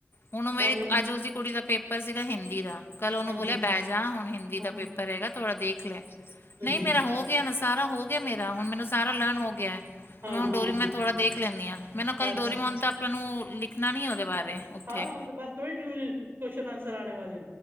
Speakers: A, on the left (about 55°); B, on the right (about 50°).
A: ਹੁਣ ਉਹ ਮੇਰੀ
B: ਉਹਨ
A: ਅੱਜ ਉਸਦੀ ਕੁੜੀ ਦਾ ਪੇਪਰ ਸੀਗਾ ਹਿੰਦੀ ਦਾ ਕੱਲ੍ਹ ਉਹਨੂੰ
B: ਹਾਂਜੀ
A: ਬੋਲਿਆ ਬਹਿ ਜਾ ਹੁਣ ਹਿੰਦੀ
B: ਹਾਂ
A: ਦਾ ਪੇਪਰ ਪੇਪਰ ਹੈਗਾ ਥੋੜ੍ਹਾ ਦੇਖ ਲੈ,
B: ਹਾਂਜੀ
A: ਨਹੀਂ ਮੇਰਾ ਹੋ ਗਿਆ ਬ਼ਸ ਸਾਰਾ ਹੋ ਗਿਆ ਮੇਰਾ, ਹੁਣ ਮੈਨੂੰ ਸਾਰਾ ਲਰਨ ਹੋ ਗਿਆ।
B: ਹਾਂ
A: ਤੇ ਮੈਂ ਹੁਣ
B: ਹਾਂ
A: ਡੋਰੀਮੋਨ
B: ਹਾਂ
A: ਥੋੜਾ ਦੇਖ ਲੈਂਣੀ ਆ, ਮੈਂ ਨਾ ਕੱਲ
B: ਅੱਛਾ
A: ਡੋਰੀਮੋਨ ਤਾਂ ਆਪਾਂ ਨੂੰ ਲਿਖਣਾ ਨੀ ਆ ਉਹਦੇ ਬਾਰੇ ਉੱਥੇ
B: ਹਾਂ, ਉਸਦੇ ਬਾਰ ਥੋੜੀ ਟਊ ਕੋਸ਼ਚਨ ਆਂਸਰ ਆਣੇ ਵਾਲੇ